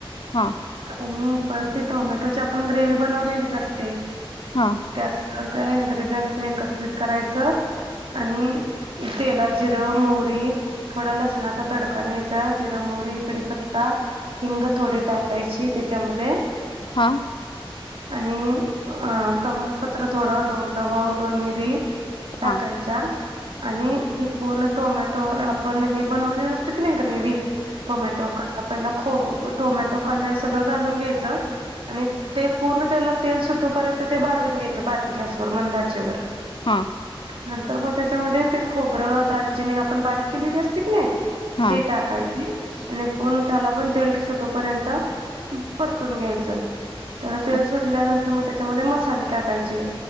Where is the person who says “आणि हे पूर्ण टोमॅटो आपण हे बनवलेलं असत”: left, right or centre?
Right